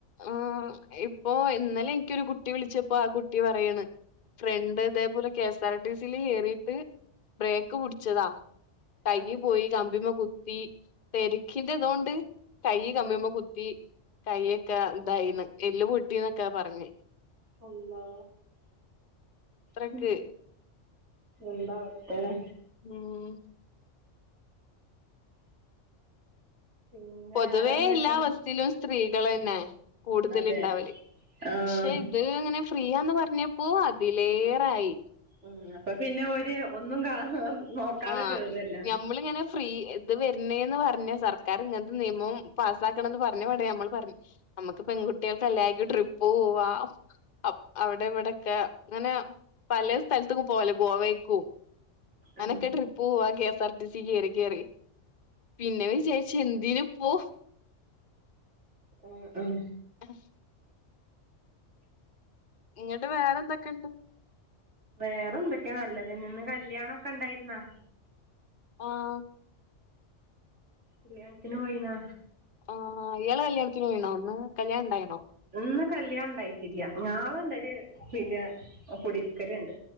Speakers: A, on the left (about 40°); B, on the right (about 70°).
A: ആഹ ഇപ്പൊ ഇന്നലെ എനിക്കൊരു കുട്ടി വിളിച്ചപ്പോ ആ കുട്ടി പറയാണ് ഫ്രണ്ട് ഇതേപോലെ കെ എസ് ആർ ടി സീല് കേറീട്ട് ബ്രേക്ക് പുടിച്ചതാ കയ്യ്
B: ആഹ്
A: പോയി കമ്പിമ്മ കുത്തി തെരെക്കിന്റെ ഇതോണ്ട് കയ്യ് കമ്പിമ്മക്കു
B: ആഹ്
A: ത്തി കയ്യൊക്കെ ഇതായിണ് എല്ല് പൊട്ടിന്നൊക്കെ പറഞ്ഞ
B: അള്ളാ
A: അത്രക്ക്
B: ഹ് എന്താ അവസ്ഥലെ
A: ആഹ്
B: പിന്നെ
A: പൊതുവേ
B: വേറെന്തൊക്കെ
A: എല്ലാ ബസ്സിലും സ്ത്രീകളെന്നെ കൂടുതല്
B: അതെ
A: ഉണ്ടാവല്
B: ആഹ്
A: പക്ഷെ ഇത് ഇങ്ങനെ ഫ്രീ ആന്ന് പറഞ്ഞപ്പോ അതിലേറായി
B: ഉം അപ്പ പിന്നെ ഓര് ഒന്നും കാ നോക്കാതെ
A: ആഹ്
B: കേറുല്ലോ
A: ഞമ്മളിങ്ങനെ ഫ്രീ ഇത് വര്ണേന്ന് പറഞ്ഞ സർക്കാർ ഇങ്ങൻത്തെ നിയമം പാസ്സാക്കണന്ന് പറഞ്ഞ പാടെ ഞമ്മൾ പറഞ് നമ്മക്ക് പെൺകുട്ടിയേൾതെ ല്ലാർക്കും ട്രിപ്പ് പോവാം അപ് അവിടെ ഇവിടൊക്കെ ങ്ങനെ പലെ സ്ഥല്ത്ത്ക്കും പോവാല്ലോ ഗോവയ്ക്കും അങ്ങനൊക്കെ
B: ആഹ്
A: ട്രിപ്പ് പോവാം K S R T C കേറി കേറി പിന്നെ വിചാരിച്ച് എന്തിന്പ്പോ
B: ഉം ഉം
A: ആഹ് ഇങ്ങട്ട് വേറെന്തെക്കെണ്ട്
B: വേറെ എന്തൊക്കെ നല്ലതെന്നെ ഇന്ന് കല്യാണൊക്കെ ണ്ടായിര് ന്നാ
A: ആഹ്
B: കല്യാൺത്തിന് പോയീന്നാ
A: ആഹ് ഇയാള് കല്യാണത്തിന് പോയീണോ ന്ന് കല്യാണം ണ്ടായിണോ
B: ഇന്ന് കല്യാണം ണ്ടായിട്ടില്ല ഞാളണ്ടര് പിന്നെ കുടിര്ക്കല് ണ്ട്